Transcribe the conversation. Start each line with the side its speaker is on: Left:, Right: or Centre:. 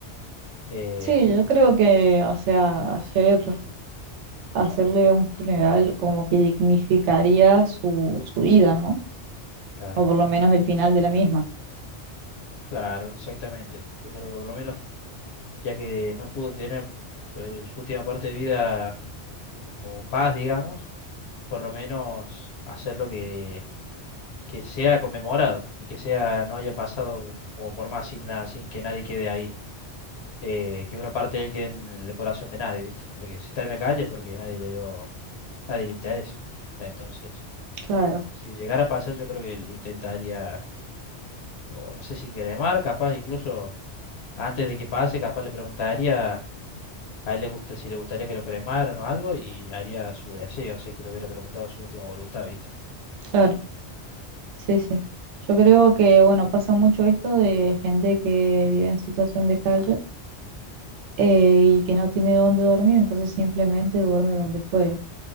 Left: Eh,
Right: Sí, yo creo que, o sea, hacer, hacerle un funeral como que dignificaría su, su vida, ¿no?
Left: claro,
Right: o por lo menos el final de la misma.
Left: claro, exactamente. Yo creo que por lo menos, ya que no pudo tener su, el- su última parte de vida como paz, digamos, por lo menos hacer lo que que sea conmemorado y que sea, no haya pasado como por más sin nada, sin que nadie quede ahí. eh, que una parte de él quede en el corazón de nadie, ¿viste? Porque si está en la calle es porque nadie le dio, nadie le interesa. Entonces,
Right: Claro,
Left: si llegara a pasar, yo creo que lo intentaría, o no sé si cremar, capaz incluso antes de que pase, capaz le preguntaría a él le gusta, si le gustaría que lo cremaran o algo y haría su deseo, si es que le hubiera preguntado su última voluntad, ¿viste?
Right: claro, sí, sí. Yo creo que, bueno, pasa mucho esto de gente que vive en situación de calle eh, y que no tiene dónde dormir, entonces simplemente duerme donde puede.